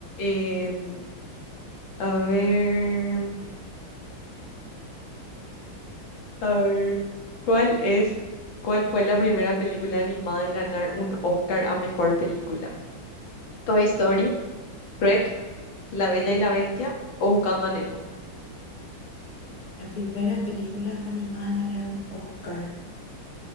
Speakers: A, on the left; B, on the left.
A: Em, A ver, a ver, ¿cuál es, cuál fue la primera película animada en ganar un Oscar a mejor película? Toy Story, Shrek, La Bella y la Bestia o Buscando a Nemo.
B: La primera película animada en ganar un Oscar.